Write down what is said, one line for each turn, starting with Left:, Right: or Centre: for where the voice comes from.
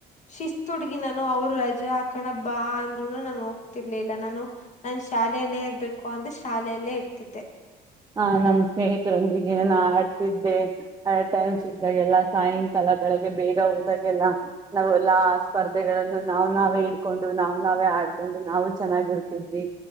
Left: ಶಿಸ್ತು ಹಗಿ ನಾನು ಅವ್ರು ರಜೆ ಹಾಕೊಂಡಬ್ಬಾ ಅಂದ್ರುನು ನಾನು ಹೋಗ್ತಿರ್ಲಿಲ್ಲ ನಾನು ನಾ ಶಾಲೆಯಲ್ಲೇ ಇರ್ಬೇಕು ಅಂದ್ರೆ ಶಾಲೆಯಲ್ಲೇ ಇರ್ತಿದ್ದೆ
Right: ಹ ನಮ್ಮ್ ಸ್ನೇಹಿತರೊಂದಿಗೆಾನ ಆಡ್ತಿದ್ದೆ ಆ ಟೈಮ್ ಸಟ್ಟ್ದಾಗ ಎಲ್ಲ ಸಾಯಂಕಾಲ ಿಗೆ ಬೇಗ ಹೋದಾಗೆಲ್ಲ ನಾವವುೆಲ್ಲಾ ಆ ಸ್ಪರ್ಧೆಗಳನ್ನು ನಾವ್ ನಾವೇ ಇಡ್ಕೊಂಡು ನಾವ್ ನಾವೇ ಆಡ್ಕೊಂಡು ನಾವು ಚೆನ್ನಾಗಿರ್ತಿದ್ವಿ